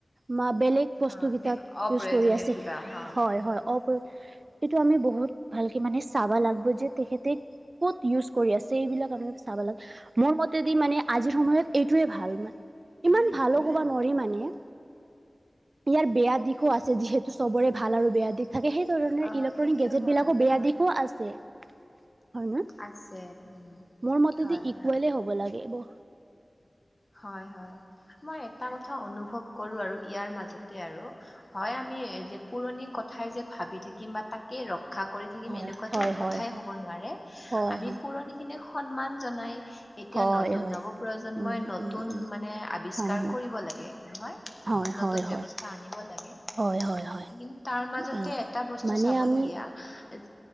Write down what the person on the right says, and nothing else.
ম বেলেগ বস্তু
কেইটাত
ইউজ কৰি আছে
হয়
হয় অ এইটো আমি বহুত ভালকে মানে চাবা লাগিব যে তেখেতে ক'ত ইউজ কৰি আছে এইবিলাক আমি চাব লাগে। মোৰ মতেদি মানে আজিৰ সময়ত এইটোৱে ভাল মানে ইমান ভালো ক'বা নোৱাৰি মানে। ইয়াৰ বেয়া দিশো আছে যিহেতু সবৰে ভাল আৰু বেয়া দিশ থাকে সেই কাৰনে
ইলেক্ট্ৰনিক
গেজেটবিলাকো
বেয়া
দিশো আছে। হয় ন,
মোৰ মতেদি
ইকুৱলে
হ'ব লাগে ব।
হয়
হয় হয়
হয়
হয় হয়
হয়
হয়
উম
উম
উম
হয় হয়
হয়
হয় হয়
হয় হয় হয়
উম,
মানে
আমি